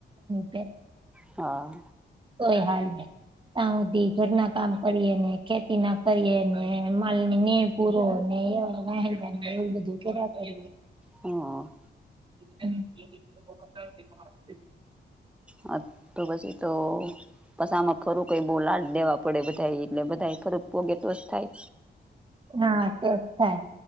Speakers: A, on the right (about 25°); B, in the centre.
A: <unintelligible>
B: હા.
A: કોઈ હાલ ની ત્યાં હુદી ઘરના કામ કરીએ ને ખેતી ના કરીએ ને માલ ની નેણ પૂરો ને એવા વહે જાય ને એવું બધું. <unintelligible>
B: હ.
A: <inaudible>
B: હ તો પછી તો પસામાં ફરું કઈ બોલા જ દેવા પડે બધા એટલે બધા ફરક પોગે તો જ થાય.
A: હા તેજ થાય.